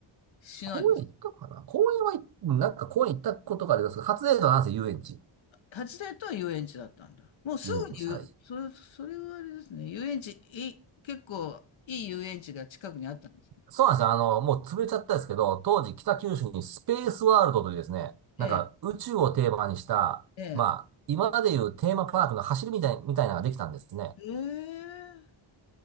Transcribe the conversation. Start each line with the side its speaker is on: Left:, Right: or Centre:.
Left: しないですか。
Right: 公園行ったかな公園は、なんか公園行ったことがありますけど、初デートはなんせ遊園地。
Left: 初デートは遊園地だったんだ。もうすぐに言うそれ、
Right: 遊園地、はい。
Left: それはあれですね。遊園地、い、結構いい遊園地が近くにあったんです。
Right: そうなんですよ。あの、もう潰れちゃったんですけど、当時北九州にスペースワールドというですね、なんか宇宙をテーマにした、
Left: ええ、ええ。
Right: まあ、今までいうテーマパークの走りみたい、みたいなのができたんですね。
Left: ええ。